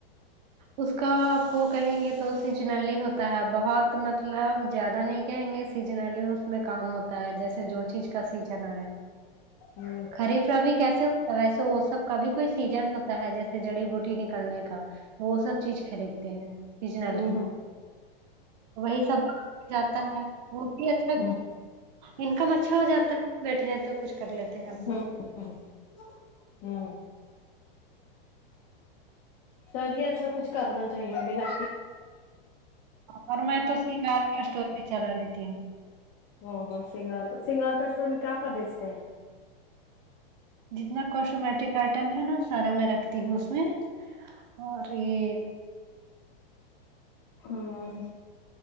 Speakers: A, on the right; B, on the left.
A: اس کا آپ کو کہیں گے تو س سیزنلی ہوتا ہے بہت مطلب مطلب اب زیادہ نہیں کہیں گے سیزنلی اس میں کام ہوتا ہے جیسے جو چیز کا سیزن آیا
B: ہوں
A: خریفرا بھی کیسے ہوتا ہے ویسے وہ سب کا بھی کوئی سیزن ہوتا ہے جیسے جڑی بوٹی نکلنے کا تو وہ سب چیز خریدتے ہیں سیجنلی
B: ہوں ہوں
A: وہی سب جاتا ہے وہ بھی اچھا
B: ہوں
A: انکم اچھا ہو جاتا ہے بیٹھے ہیں تو کچھ کر لیتے ہیں اپ
B: ہمم ہ ہمم چلیے اچھا کچھ کرنا چاہیے بنا
A: اور میں تو اس کی کار کی اسٹور بھی چلا لیتی ہوں
B: او ہو سنگار سگار کا اسٹور میں کیا کیا بیچتے ہیں
A: جتنا کوسٹمیٹک آئٹم ہے نا سارا میں رکھتی ہوں اس میں اور یہ
B: ہاں